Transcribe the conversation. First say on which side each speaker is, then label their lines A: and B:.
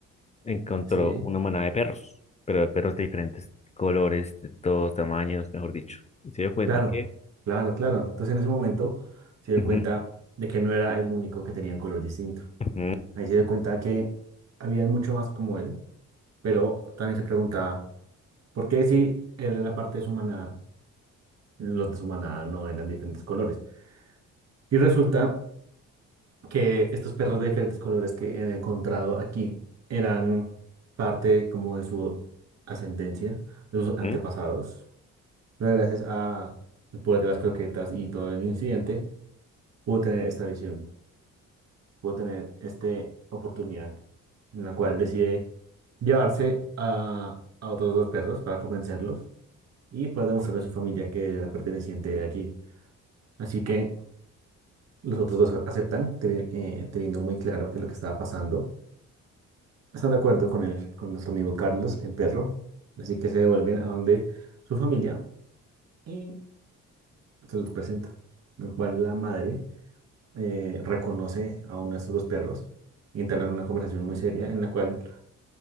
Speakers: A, on the left; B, on the right.
A: encontró
B: Sí.
A: una manada de perros, pero de perros de diferentes colores, de todos tamaños, mejor dicho. Y se dio cuenta
B: Claro,
A: que...
B: claro, claro. Entonces en ese momento se dio
A: Ujú,
B: cuenta de que no era el único que tenía un color distinto.
A: ujú,
B: Ahí se dio cuenta que había mucho más como él, pero también se preguntaba, ¿por qué si él era parte de su manada, los de su manada no eran diferentes colores? Y resulta que estos perros de diferentes colores que he encontrado aquí eran parte como de su ascendencia, de sus
A: ujú,
B: antepasados, pero gracias a el poder de las croquetas y todo el incidente, pudo tener esta visión. pudo tener esta oportunidad en la cual decide llevarse a, a otros dos perros para convencerlos y poder demostrarle a su familia que era perteneciente de allí. Así que los otros dos aceptan, teni- eh, teniendo muy claro qué es lo que estaba pasando. Están de acuerdo con el, con nuestro amigo Carlos, el perro. Así que se devuelven a donde su familia y se los presenta. En el cual la madre eh, reconoce a uno de estos dos perros y entablan una conversación muy seria en la cual